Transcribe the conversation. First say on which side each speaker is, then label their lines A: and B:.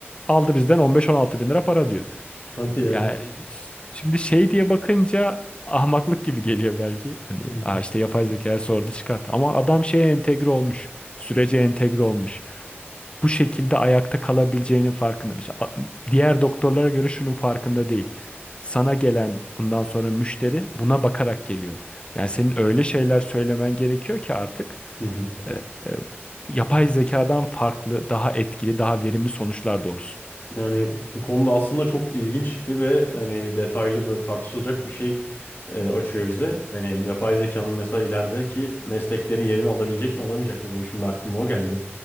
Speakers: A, on the left; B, on the left.
A: Aldı bizden 15-16 bin lira para diyor.
B: Hadi ya.
A: Yani şimdi şey diye bakınca ahmaklık gibi geliyor belki. Hani
B: Hı hı.
A: "Aa işte yapay zekaya sordu çıkart. Ama adam şeye entegre olmuş. Sürece entegre olmuş bu şekilde ayakta kalabileceğinin farkında. Mesela a- diğer doktorlara göre şunun farkında değil. Sana gelen bundan sonra müşteri buna bakarak geliyor. Yani senin öyle şeyler söylemen gerekiyor ki artık
B: Hı hı.
A: e, yapay zekadan farklı, daha etkili, daha verimli sonuçlar doğursun.
B: Yani bu konuda aslında çok ilginç bir ve hani detaylı böyle tartışılacak bir şey e, açıyor bize. Hani yapay zekanın mesela ilerideki mesleklerin yerini alabilecek mi alamayacak mı? Benim şimdi aklıma o geldi.